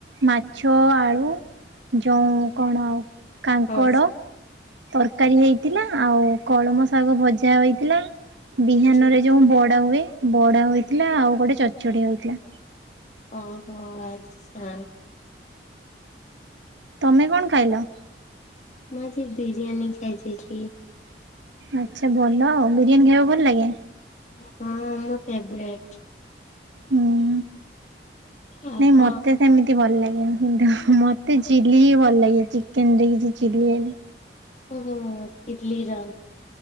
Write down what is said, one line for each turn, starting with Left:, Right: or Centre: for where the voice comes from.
Right: ମାଛ ଆଳୁ ଯଉଁ କଣ? କାଙ୍କଡ
Left: ହଁ
Right: ତରକାରୀ ହେଇଥିଲା, ଆଉ କଳମ ଶାଗ ଭଜା ହୋଇ ଥିଲା ବିହାନ
Left: ହଁ
Right: ରେ ଯୋଉ ବଡା ହୁଏ, ବଡା ହୋଇଥିଲା ଆଉ ଗୋଟେ ଚ ଚଢ଼ିଆ ହୋଇଥିଲା।
Left: ଓହୋ! ଆଚ୍ଛା।
Right: ତମେ କଣ ଖାଇଲ?
Left: ମୁଁ ଆଜି ବିିରିୟାନୀ ଖାଇଦେଇଥିଲି।
Right: ଆଚ୍ଛା, ଭଲ ଆଉ ବିରିୟାନୀ ଖାଇବାକୁ ଭଲ ଲାଗେ?
Left: ହଁ ମୋ ଫେବ୍ରେଟ।
Right: ହୁଁ,
Left: ଆଉ
Right: ନାଇଁ
Left: କଣ
Right: ମତେ ସେମିତି ଭଲ ଲାଗେନି। ଦୁହୁ ମତେ ଚିଲି ହି ଭଲ ଲାଗେ। ଚିକେନ୍ ଦେଇକିରି ଚିଲି ହେଲେ।
Left: ଓହୋ! ଚିଲି ର।